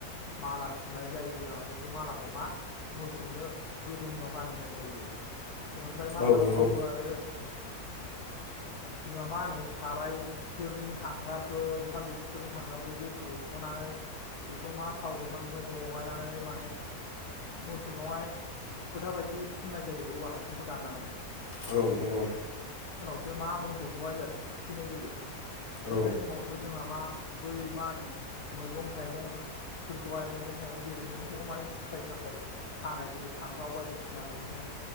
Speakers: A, on the left (about 80°); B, on the left (about 55°).
A: माला सुनाय जायो आरो बे मालाखौ मा मोसौनो गोदोनायाव गानहोनाय जायो ओमफ्राय मा
B: औ
A: खालामबावो
B: नंगौ
A: आरो जोंहा मा होनो सारायफोरनि हांगारफोर ओंखाम बेबसिफोरनि हांगारफोरखौ हख'नानै बेखौ मा थाव गोथांजों लगायनानै माने मोसौनावहाय फोथा बायदि फुननाय जायो औवाहा फुंखौ दाननानै
B: औ नंगौ
A: सो मा मोसौखौहाय जों थुखैनाय जायो थुखैनाय
B: औ
A: समावबो जोंहा मा बै मा होनो मैगं थाइगंफोरखौहाय मैगं थाइगं जेरै मैगं थाइगं माने फिथाइ सामथाइ हानाय जेरै फान्थाव बायदिसिना बिदिनो